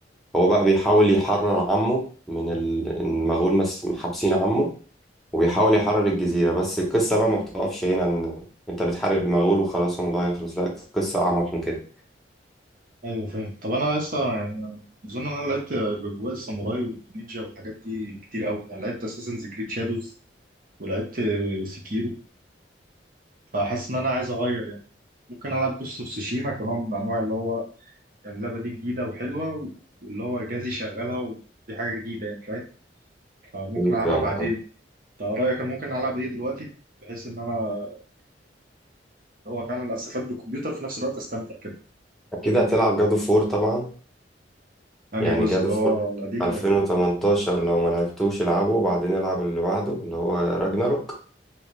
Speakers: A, in the centre; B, on the right (about 50°).
A: هو بقى بيحاول يحرر عمه من ال- المغول مس- محابسين عمه وبيحاول يحرر الجزيرة بس القصة بقى ما بتقفش هنا ان انت بتحارب مغول وخلاص الموضوع يخلص لا القصة أعمق من كده
B: ايوه فاهم طب انا لسه يعني اظن ان انا لعبت الاجواء الساموراي والنينجا والحاجات دي كتير قوي يعني لعبت اساسنز كريد شادوز ولعبت سكيرو فحاسس ان انا عايز اغير يعني ممكن العب جوست اوف تسوشيما كنوع من انواع اللي هو يعني اللعبة دي جديدة وحلوة واللي هو جهازي شغالها ودي حاجة جديدة يعني فاهم فممكن
A: إيه،
B: ألعبها
A: فاهمك
B: بعدين
A: اه
B: أنت رأيك أنا ممكن ألعب إيه دلوقتي بحيث إن أنا اللي هو فعلا أستفاد بالكمبيوتر وفي نفس الوقت أستمتع كده
A: أكيد هتلعب جادو فور طبعا
B: أنهي
A: يعني
B: جزء
A: جادو
B: اللي
A: فور
B: هو القديم
A: 2018
B: ولا الجديد؟
A: لو ما لعبتوش العبه وبعدين العب اللي بعده اللي هو راجناروك